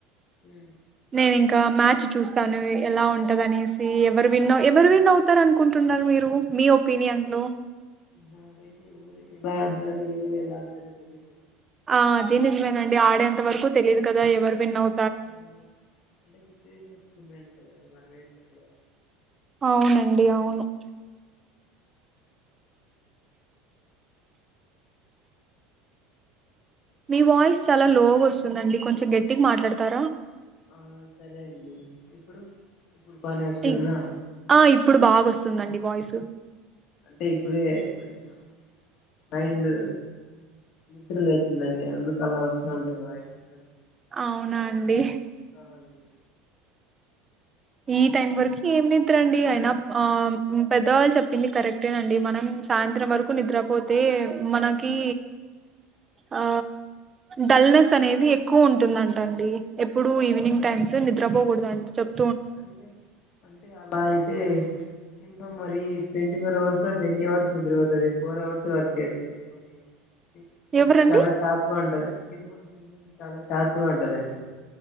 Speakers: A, on the left (about 55°); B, on the right (about 25°).
A: మ్మ్
B: నేను ఇంకా మ్యాచ్ చూస్తాను ఎలా ఉంటది అనేసి ఎవరు విన్ ఎవరు విన్ అవుతార అనుకుంటున్నారు మీరు మీ ఒపీనియన్లో
A: నాకైతే ఎవురు ఎలా ఆడతారో ఎవరు ఎలా ఆడతారో తెలీదు
B: ఆ అదే నిజమేనండి ఆడేంత వరకు తెలిదు కదా ఎవర్ విన్నవ్
A: మ్మ్ అంటే సిచ్యువేషన్స్ డిమాండ్ కదండి మనం ఏం చెప్పలేం
B: అవునండి అవును మీ వాయిస్ చాలా లోగా వస్తుందండి కొంచెం గట్టిగా మాట్లాడతారా
A: ఆ సరే అండి ఇప్పుడు ఇప్పుడు బానే వస్తుందా
B: టి ఆ ఇప్పుడు బాగోస్తు దండి వాయ్స్
A: అంటే ఇప్పుడే కొంచెం మైండ్ నిద్ర లేచిందండి అందుకు అలా వస్తూ ఉంటుంది వాయిసు కొంచెం
B: అవునా అండి
A: ఆ అండి
B: ఈ టైం వరకు ఏం నిద్ర అండి అయినా ఆ పెద్దవాళ్ళు చెప్పింది కరెక్టేనండి మనం సాయంత్రం వరకు నిద్రపోతే మనకి ఆ డల్నెస్ అనేది ఎక్కువ ఉంటుందంట అండి ఎప్పుడు ఈవినింగ్ టైమ్స్ నిద్రపోకూడదు అంట చెప్
A: అంటే అంటే అలా అయితే సింహం మరి ట్వంటీ ఫోర్ అవర్స్ లో ట్వంటీ అవర్స్ నిద్రపోతది ఫోర్ అవర్స్ వర్క్ చేస్ మరి మరి సింహం
B: ఎవరండి
A: చాలా షార్ప్ గా ఉంటది సింహం సింహం చాలా షార్ప్ గా ఉంట్ రండి